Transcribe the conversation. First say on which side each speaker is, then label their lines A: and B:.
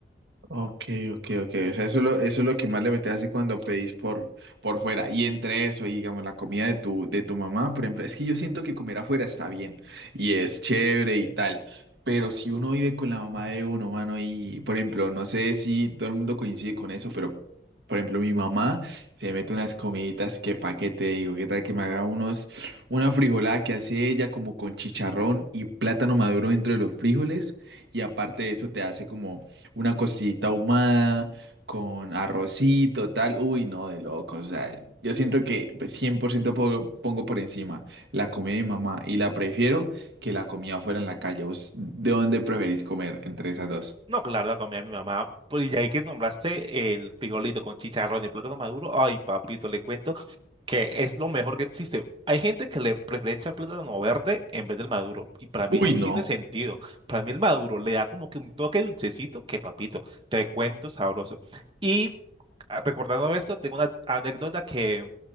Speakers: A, on the right; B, on the right.
A: Ok, ok, ok. O sea, eso es lo, eso es lo que más le metes así cuando pedís por, por fuera. Y entre eso, y digamos, la comida de tu, de tu mamá, por ejemplo, es que yo siento que comer afuera está bien y es chévere y tal. Pero si uno vive con la mamá de uno, mano, y por ejemplo, no sé si todo el mundo coincide con eso, pero por ejemplo, mi mamá se mete unas comiditas que pa' qué te digo, qué tal que me haga unos, una frijolada que hace ella como con chicharrón y plátano maduro dentro de los frijoles. Y aparte de eso, te hace como. Una costillita ahumada con arrocito, tal. Uy, no, de loco. O sea, yo siento que pues, 100% po- pongo por encima la comida de mi mamá y la prefiero que la comida fuera en la calle. ¿Vos de dónde preferís comer entre esas dos?
B: No, claro, la comida de mi mamá. Pues, Y ahí que nombraste el frijolito con chicharrón y plátano maduro. Ay, papito, le cuento que es lo mejor que existe. Hay gente que le prefiere echar plátano verde en vez del maduro, y para
A: Uy,
B: mí no tiene
A: no.
B: sentido. Para mí el maduro le da como que un toque dulcecito que papito, te cuento sabroso. Y ah, recordando esto, tengo una anécdota que,